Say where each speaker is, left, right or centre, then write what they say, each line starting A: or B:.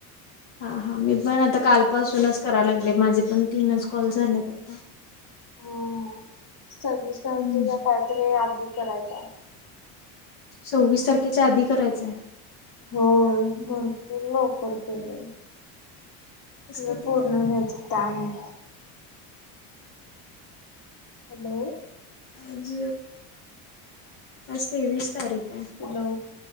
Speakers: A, on the left; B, on the left.
A: हा हा मी पण आता कालपासूनच करायला लागले माझे पण तीनच कॉल झालेत आता. <inaudible>
B: हो सव्वीस तारखेचा
A: हम्म.
B: काहीतरी अधिक करायचं आहे.
A: सव्वीस तारखेच्या आधी करायचं.
B: हो भरपूर लवकर केले.
A: आज
B: कधी
A: किती
B: पूर्ण
A: तारीख?
B: व्हायचं माहित हॅलो
A: आज आज तेवीस तारीख आहे.
B: हॅलो